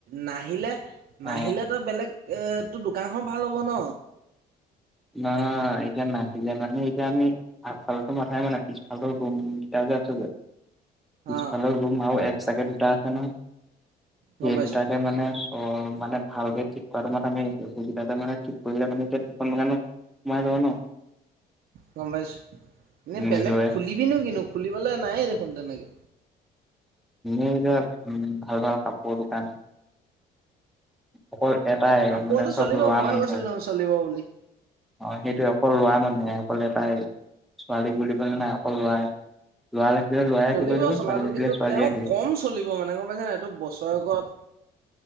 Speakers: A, on the right; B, in the centre.
A: নাহিলে নাহিলে
B: অ
A: তই বেলেগ এ তোৰ দোকানখন ভাল হ'ব ন।
B: না এতিয়া নাহিলে মানে এতিয়া আমি আগফালতো মাথাই মানে পিছফালৰ গ ৰুমকেইটা যে আছ যে পিছফালে
A: অ
B: ৰুম আৰু এক চাগে দুটা আছে নহয়। সেই
A: গম পাইছোঁ
B: দুটাকে মানে অ, মানে ভালকে ঠিক কৰা মাথা মাৰি আছোঁ আমি বুজি পাইছা মানে ঠিক কৰিলে মানে এতিয়া দুখন দোকানো <unintelligible>
A: গম পাইছো এনেই
B: নিজৰে
A: বেলেগ খুলিবিনো কিনু খুলিবলৈ নায়ে দেখোন তেনেকে
B: এ যে উম ভাল ভাল কাপোৰ দোকান অকল এটাই
A: কাপোৰতো
B: মানে চব
A: চলিব
B: ল'ৰা
A: ময়ে
B: মানুহে
A: কৈছিলোঁ চলিব বুলি
B: অ সেইটো অকল ল'ৰা মানুহে অকল এটাই ছোৱালীক বুলি কলে নাই অকল ল'ৰা এ যে ল'ৰা য়ে
A: চলিব
B: ৰাখিব লাগিব
A: চলাটো
B: ছোৱালী ৰাখিলে
A: কিন্তু
B: ছোৱালীয়ে
A: তেওঁ
B: ৰাখিব
A: কম চলিব মানে গম পাইছে নাই এইটো বছৰেকত